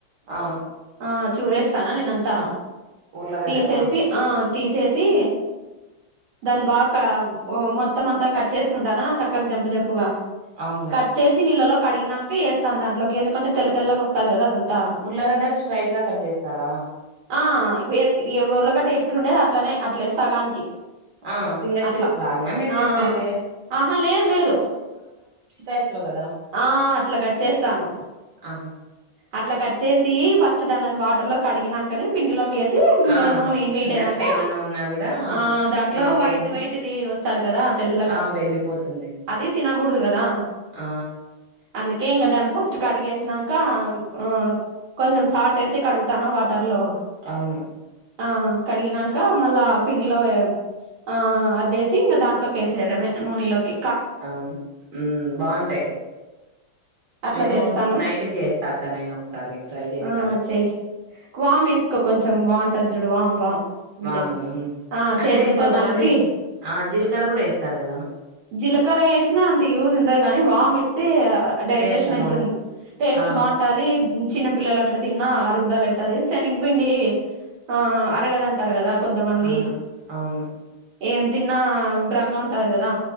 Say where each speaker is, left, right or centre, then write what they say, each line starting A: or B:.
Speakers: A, on the right; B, on the right.
A: ఆ
B: ఆ చూరేస్తానా నేనంతా
A: ఉర్లగడ్డకా
B: తీసేసి ఆ తీసేసి దాన్ని బా కా మొత్తం అంతా కట్ చేసుకుంటానా సక్కగా జంపు జంపుగా
A: అవున్లే
B: కట్ చేసి నీళ్ళలో కడిగినాంక ఎస్తాన్ దాంట్లోకి ఎందుకంటే తెల్ల తెల్లగా ఒస్తాది గదా అదంతా
A: ఉర్లగడ్డలు స్ట్రైట్ గా కట్ జేస్తారా
B: ఆ వు ఏ ఏట్ ఎవ ఉర్లగడ్డ ఎట్లుండేది అట్లనే అట్లే సగానికి
A: ఆ ఫింగర్
B: అట్లా
A: చిప్స్ లాగనా మీరు
B: ఆ
A: జేప్పెది
B: ఆహా లేదు లేదు
A: టైప్ లో కదా
B: ఆ అట్ల కట్ చేస్తాను
A: ఆహా
B: అట్ల కట్ చేసి ఫస్ట్ దంలోని వాటర్ లో కడిగినంకనే పిండిలోకేసి ఇంగ
A: ఆ
B: నూనె హీట్ అయినంక
A: డస్ట్ ఏమన్నా ఉన్నా కూడా
B: ఆ దాంట్లో
A: వెళ్ళిపోతుంది
B: వైట్ వైట్ వైట్ దీ వస్తాది గదా తెల్లగా
A: ఆ వెళ్ళిపోతుంది
B: అదీ తినగూడదు గదా
A: ఆ
B: అందుకే ఇంగ దాన్ని ఫస్ట్ కడిగేసినంకా ఆ కొంచెం సాల్ట్ ఎసి కడుగు తాన వాటర్ లో
A: అవును
B: ఆ కడిగినాంక మళ్లా ఆ పిండిలో ఆ అదేసి ఇంగ దాంట్లో కేసేయడమే నూనిలోకి
A: అవును ఉమ్ బావుంటయ్
B: అట్లా
A: మేము
B: చేస్తాను
A: నైట్ కు జేస్తా అక్క నేను ఒకసారి ట్రై జేస్తా
B: ఆ చెయ్ వామ్ ఎసుకో కొంచెం బావుంటది జూడు వామ్ వామ్
A: వాము
B: అంటే ఆ
A: అంటే
B: చేతులతో
A: కొంతమంది
B: నలిపి
A: ఆ జీలకర్ర గూడ ఎస్తారు గదా
B: జీలకర్ర ఎసినా అంత యూజ్ ఉండదు గానీ వామ్ ఎస్తే డైజెషన్
A: టేస్ట్
B: అయితుంది
A: బాగుం
B: టేస్ట్
A: ఆ
B: బావుంటాది చిన్న పిల్లలు అట్ల తిన్న అరుగుదల అయితాది శనగపిండి ఆ అరగదం అంటారు గదా కొంతమంది
A: ఆ అవును
B: ఏం తిన్నా ఉభ్రంగా ఉంటాది గదా